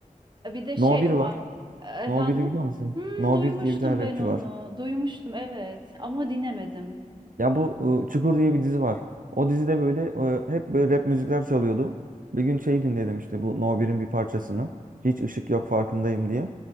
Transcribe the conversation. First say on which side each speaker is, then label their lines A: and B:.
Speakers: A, on the right; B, on the right.
A: E, Bir de şey
B: No 1 var.
A: var. E, Efendim?
B: No 1'i biliyor musun?
A: Hmm,
B: No
A: duymuştum
B: 1 diye bir tane rapçi
A: ben onu.
B: var.
A: Duymuştum evet ama dinlemedim.
B: Ya bu ıı, Çukur diye bir dizi var. O dizide böyle ıı, hep böyle rap müzikler çalıyordu. Bir gün şey dinledim işte bu No 1'in bir parçasını. Hiç ışık yok farkındayım diye.